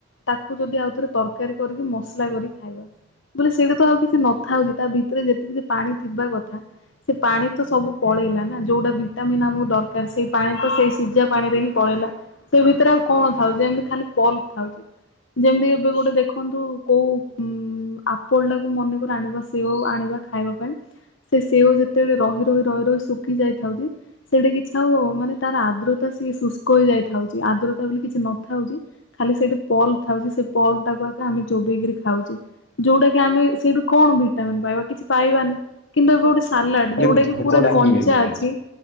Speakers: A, on the left (about 80°); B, on the left (about 65°).
A: ତାକୁ ଯଦି ଆଉ ଥରେ ତରକାରୀ କରିକି ମସଲା କରିକି ଖାଇବା ବୋଲେ ସେଇଟା ତ ଆଉ କିଛି ନଥାଉଛି। ତା ଭିତରେ ଯେତିକି ପାଣି ଥିବା କଥା ସେ ପାଣି ତ ସବୁ ପଳେଇଲା ନା ଯୋଉଁଟା ଭିଟାମିିନ ଆମ ଦରକାର ସେଇ ପାଣି ତ ସେଇ ସିଝା ପାଣି ରେ ହିଁ ପଳେଇଲା ସେ ଭିତରେ ଆଉ କଣ ଥାଉ ଯେମିତି ଖାଲି ପଲ ଥାଉଛି। ଯେମିତି ଏବେ ଗୋଟେ ଦେଖନ୍ତୁ କୋଉଁ ଉ ଆପଲ ଟାକୁ ମନେକର ଆଣିବା ସେଉ ଆଣିବା ଖାଇବା ପାଇଁ। ସେ ସେଓ ଯେତେବେଳେ ରହି ରହି ରହି ରହି ଶୁଖି ଯାଇଥାଉଛି। ସେଟି କିଛି ଆଉ ମାନେ ତାର ଆଦ୍ରତା ସିଏ ଶୁଷ୍କ ହେଇଯାଇ ଥାଉଚି ଆଦ୍ରତା ବୋଲି କିଛି ନଥାଉଚି। ଖାଲି ସେଇଠି ପଲ୍ ଥାଉଛି। ସେ ପଲ୍ ଟାକୁ ଆଗ ଆମେ ଚୋବେଇକିରି ଖାଉଛେ। ଯୋଉଁଟା କି ଆମେ ସେଇଠୁ କଣ ଭିଟାମିନ୍ ପାଇବା କିଛି ପାଇବାନି କିନ୍ତୁ ଏବେ ଗୋଟେ ସାଲାଡ
B: ଖାଲି
A: ଯୋଉଁଟା କି
B: ଭୋକଟା
A: ପୁରା
B: ହିଁ
A: କଞ୍ଚା
B: ମେଣ୍ଟେନ
A: ଅଛି।